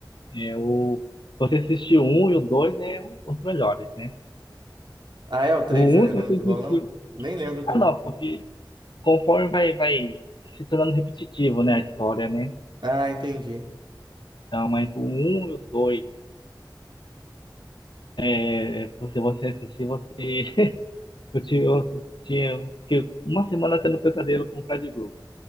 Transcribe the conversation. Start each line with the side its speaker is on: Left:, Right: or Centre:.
Left: é, é o... Você assistiu um e o dois é o- os melhores, né?
Right: Ah, é, o 3
Left: O um
Right: é-
Left: você
Right: não
Left: assistiu...
Right: é muito bom, não? Eu nem lembro do.
Left: Ah, não, porque... conforme vai, vai se tornando repetitivo, né, a história, né?
Right: Ah, entendi.
Left: Então, mas o 1 e o 2, é, se você assistir, você. <laughs> Eu, tive, eu tinha fiquei uma semana tendo pesadelo com o Fred Krueger.